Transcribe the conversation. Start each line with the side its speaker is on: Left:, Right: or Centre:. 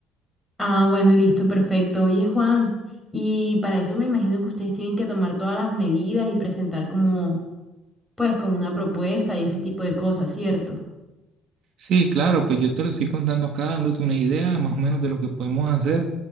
Centre: Ah, bueno, listo, perfecto. Oye, Juan, y para eso me imagino que ustedes tienen que tomar todas las medidas y presentar como, pues, como una propuesta y ese tipo de cosas, ¿cierto?
Right: Sí, claro, pues yo te lo estoy contando acá, dándote una idea más o menos de lo que podemos hacer,